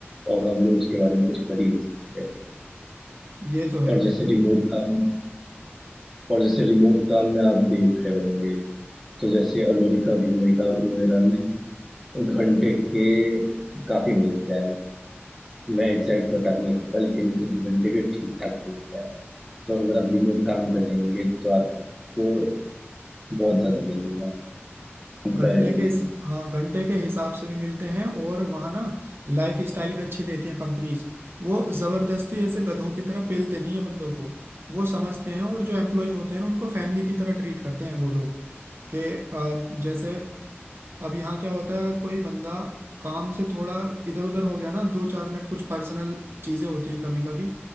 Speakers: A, in the centre; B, on the right (about 60°).
A: और हम लोग उसके बारे में कुछ कर ही नहीं सकते
B: ये तो है
A: और जैसे रिमोट काम और जैसे रिमोट काम में आप देख रहे होंगे तो जैसे अमेरिका अमेरिका वगैरह में घंटे के काफी मिलता है मैं एग्जैक्ट बता नहीं सकता लेकिन घंटे के ठीक ठाक मिलता है तो अगर आप रिमोट काम करेंगे तो आप बहुत ज्यादा मिलेगा
B: घंटे
A: कंपैरेटिवली
B: के हिस- हाँ घंटे के हिसाब से भी मिलते हैं और वहाँ ना लाइफ स्टाइल भी अच्छी देती हैं कंपनीज वो जबरदस्ती ऐसे गधों की तरह पेलते नहीं है बंदों को वो समझते हैं और जो एम्प्लॉय होते हैं ना उनको फैमिली की तरह ट्रीट करते हैं वो लोग के अ, जैसे अब यहाँ क्या होता है अगर कोई बंदा काम से थोड़ा इधर उधर हो गया ना दो चार मिनट कुछ पर्सनल चीजें होती हैं कभी कभी